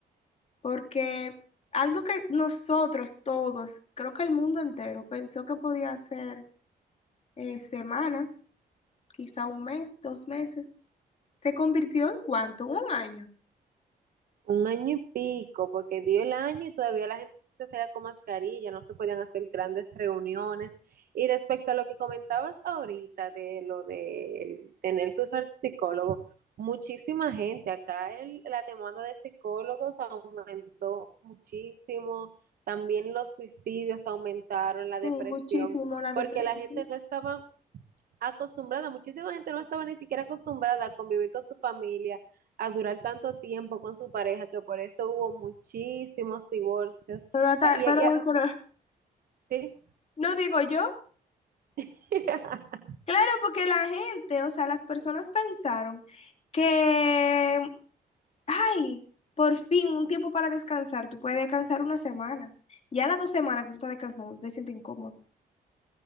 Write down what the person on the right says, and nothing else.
Un año y pico, porque dio el año y todavía la gente salía con mascarilla, no se podían hacer grandes reuniones. Y respecto a lo que comentabas ahorita de lo de tener que usar psicólogo, muchísima gente, acá el- la demanda de psicólogos aumentó muchísimo, también los suicidios aumentaron, la depresión,
porque
la gente no estaba acostumbrada, muchísima gente no estaba ni siquiera acostumbrada a convivir con su familia, a durar tanto tiempo con su pareja, que por eso hubo muchísimos divorcios.
Y,
y- y-
sí,
<laughs>